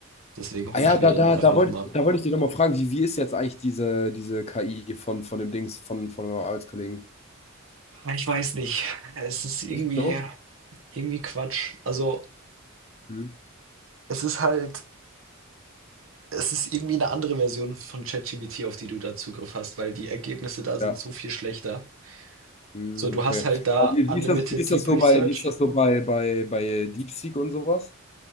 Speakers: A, on the right; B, on the left.
A: Deswegen
B: Ah
A: hole
B: ja,
A: ich mir
B: da,
A: dann
B: da,
A: einfach
B: da
A: noch
B: wollte
A: mal
B: da wollt ich dich nochmal fragen, wie, wie ist jetzt eigentlich diese, diese KI von, von dem Dings, von, von eurem Arbeitskollegen?
A: ich weiß nicht. Es ist irgendwie
B: Nicht so?
A: irgendwie Quatsch. Also,
B: Hm.
A: es ist halt Es ist irgendwie eine andere Version von ChatGPT, auf die du da Zugriff hast, weil die Ergebnisse da sind
B: Ja.
A: so viel schlechter.
B: Hm,
A: So, du
B: okay.
A: hast halt da
B: Aber wie,
A: Unlimited
B: wie ist das, wie ist
A: Deep
B: das so
A: Research.
B: bei, wie ist das so bei, bei, bei DeepSeek und sowas?